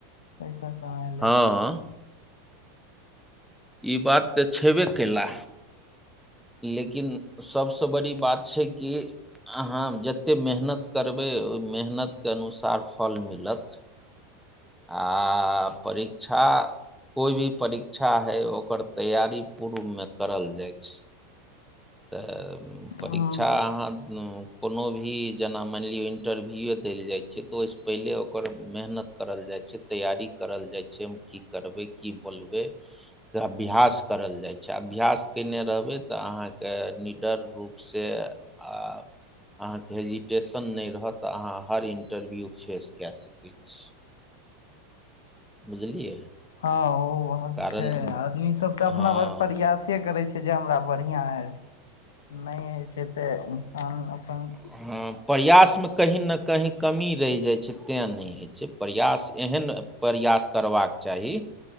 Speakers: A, on the left; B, in the centre.
A: पैसा कमायल
B: हँ
A: अछि
B: ई बात तऽ छबे कला लेकिन सबसँ बड़ी बात छै कि अहाँ जते मेहनत करबै मेहनतकें अनुसार फल भेटत आ आ परीक्षा कोइ भी परीक्षा होइ ओकर तैयारी पूर्वमे करल जाइ छै तऽ परीक्षा
A: ह
B: अहाँ कोनो भी जेना मानि लियौ इंटरव्यूए देल जाइ छैिय तऽ ओहिसँ पहिले ओकर मेहनत करल जाइ तैयारी करल जाइ छै, हम की करबै की बोलबै के अभ्यास करल जाइ छै, अभ्यास कयने रहबै तऽ अहाँके के निडर रूपसँ आ अहाँके हेजिटेशन नहि रहत तऽ अहाँ हर इंटरव्यू फेस कए सकै छी। बुझलियै
A: हँ ओ बात
B: कारण
A: छै। आदमी सब तऽ अपना
B: हँ
A: भर प्रयासे करै छै। जे हमरा बढ़िआँ है नहि होइ छै। तऽ इन्सान अपन
B: हँ प्रयासमे कहीं ने, कही कमी रहि जाय छै, तैं नहि होे छै। से प्रयास एहन प्रयास करबाक चाही